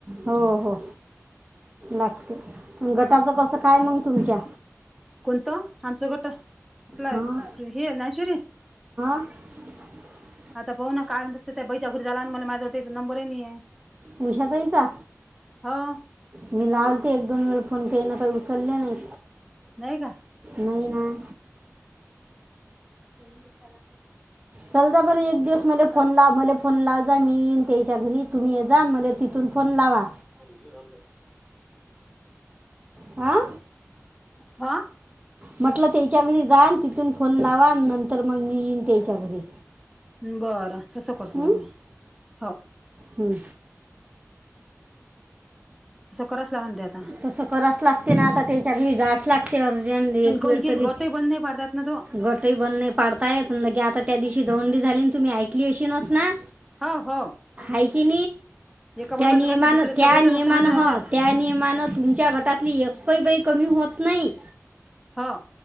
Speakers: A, on the right; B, in the centre.
A: हो हो लागते प गटाचं कसं काय मग तुमच्या.
B: कोणतं आमचं गोट आपला
A: हां
B: हे नाशरी.
A: <inaudible>
B: आता पाह ना काय त्या बैच्या घरी झाला आणि म्ह माझ्या त्याचा नंबरही नाही आहे.
A: उषाताईचा
B: हो
A: मी लावलते एक दोन वेळ फोन केही ना काही उचलले नाही.
B: नाहीय का.
A: नाही ना
B: बोल ला.
A: चल जा बर एक दिवस म फोन म फोन लाव जा मी त्याच्या घरी तुम्ही जा म तिथून. फोन लावा
B: अलं.
A: हां
B: हा.
A: म्हटलं त्याच्या घरी जान तिथून फोन लावा नंतर मग मी येईन त्याच्या घरी.
B: बरं तसं करत
A: हं?
B: म्ही हो
A: हं.
B: तसं कराच लागन ते आता
A: तस करास लागते ना आता त्याच्याार ह घास लागते
B: आणि
A: एक
B: काऊन
A: वेळ
B: की
A: तरी
B: गटही बंद नाही पाडतात ना तो
A: गट बंद नाही पाडताय. आता त्या दिवशी दोंडी झाली तुम्ही ऐकली अशी नस ना.
B: हो हो.
A: का क
B: एका बरोबरच
A: त्या नियमानं
B: कसं दुसरे सगळेच
A: त्या नियमानं
B: नुकसान होते ना अशात
A: ह त्या नियमानं तुमच्या गटातली एक काही बाई कमी होत नाही
B: हां